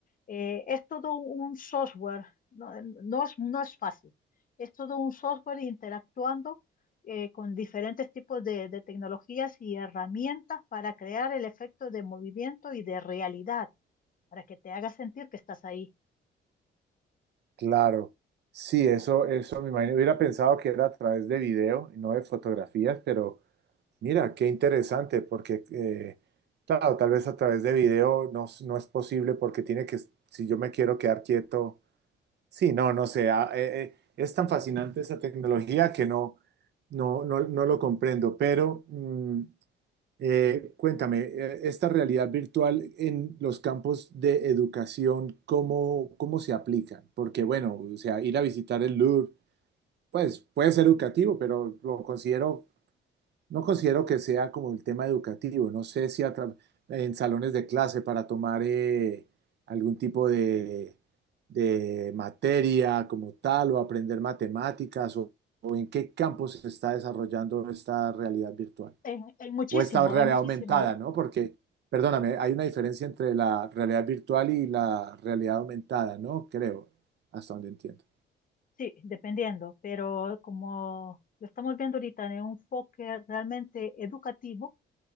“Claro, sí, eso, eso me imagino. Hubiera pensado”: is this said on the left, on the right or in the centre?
Right